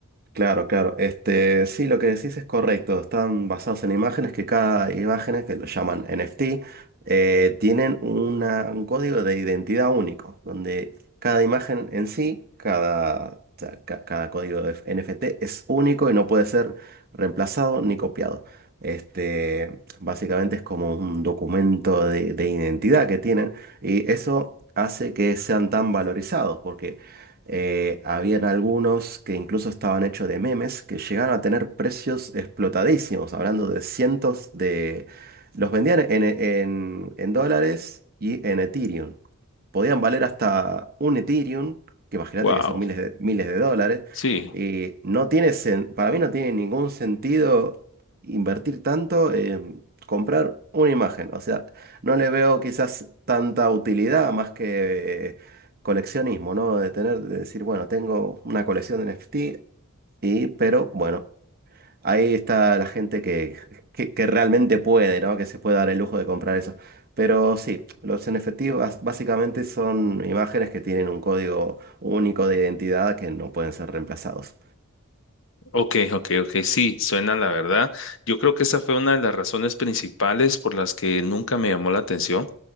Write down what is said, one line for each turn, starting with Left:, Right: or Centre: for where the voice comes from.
Right: Claro, claro. Este, sí, lo que decís es correcto. Están basados en imágenes que cada imágenes, que lo llaman NFT, eh, tienen una- un código de identidad único, donde cada imagen en sí, cada, o sea, ca- cada código de NFT es único y no puede ser reemplazado ni copiado. Este, básicamente es como un documento de, de identidad que tienen y eso hace que sean tan valorizados, porque eh, habían algunos que incluso estaban hechos de memes que llegaron a tener precios explotadísimos, hablando de cientos de... Los vendían en, en- en dólares y en Ethereum. Podían valer hasta un Ethereum, que imagínate
Left: Wow.
Right: que son miles de, miles de dólares.
Left: Sí.
Right: Y no tiene, sen- para mí no tiene ningún sentido invertir tanto en comprar una imagen. O sea, no le veo quizás tanta utilidad más que coleccionismo, ¿no? De tener, de decir, bueno, tengo una colección de NFT y, pero bueno, ahí está la gente que, que, que realmente puede, ¿no? Que se puede dar el lujo de comprar eso. Pero sí, los NFT bas- básicamente son imágenes que tienen un código único de identidad que no pueden ser reemplazados.
Left: Ok, ok, ok. Sí, suena la verdad. Yo creo que esa fue una de las razones principales por las que nunca me llamó la atención,